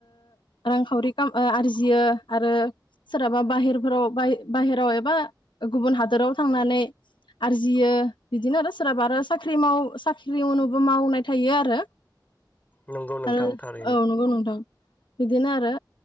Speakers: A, on the left; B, on the left.
A: रांखावरिकाम आरजि आरजियो आरो सोरहाबा बाहेरफोराव बाहेराव एबा गुबुन हादोराव थांनानै आरजियो बिदिनो आरो सोरहाबा आरो साख्रि माव साख्रि मावनोबो मावनाय थायो आरो।
B: नंगौ नोंथां
A: आरो
B: थारैनो
A: नंगौ नोंथां बिदिनो आरो।